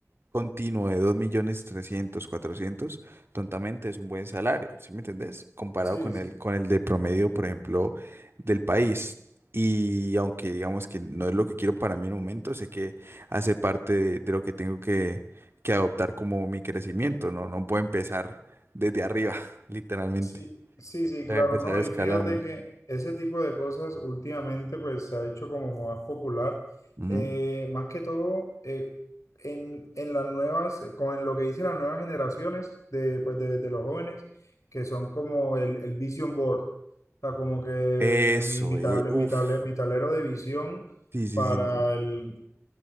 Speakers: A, on the right; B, on the left.
A: continuo de 2 millones 300 400 tontamente es un buen salario, ¿sí me entendés? Comparado
B: Sí,
A: con
B: sí,
A: el, con el de promedio, por ejemplo, del país. Y aunque digamos que no es lo que quiero para mí en el momento, sé que hace parte de, de lo que tengo que, que adoptar como mi crecimiento, ¿no? No puedo empezar desde arriba, <laughs> literalmente.
B: sí, sí, sí,
A: Tengo
B: claro,
A: que empezar
B: no,
A: escalando.
B: y fíjate que ese tipo de cosas últimamente pues se ha hecho como más popular,
A: Ujú.
B: eh, más que todo eh, en, en las nuevas, con lo que dicen las nuevas generaciones de, pues, de, de los jóvenes, que son como el, el vision board, o sea, como que
A: Eso,
B: mi, mi,
A: eh.
B: table-
A: Uf.
B: mi, table- mi tablero de visión
A: Sí, sí,
B: para
A: sí, sí.
B: el,